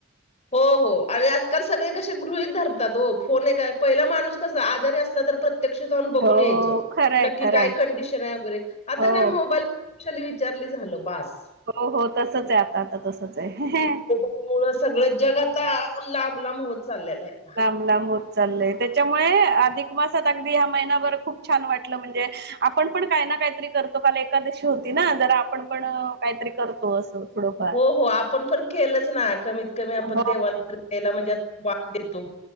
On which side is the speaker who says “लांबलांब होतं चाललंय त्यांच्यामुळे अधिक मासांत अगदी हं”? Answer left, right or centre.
Right